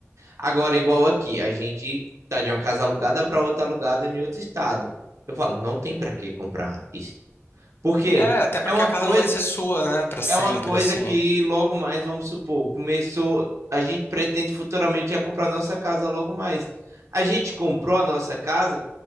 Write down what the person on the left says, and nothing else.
É, até porque
a casa
não vai ser sua, né, Pra sempre,
assim.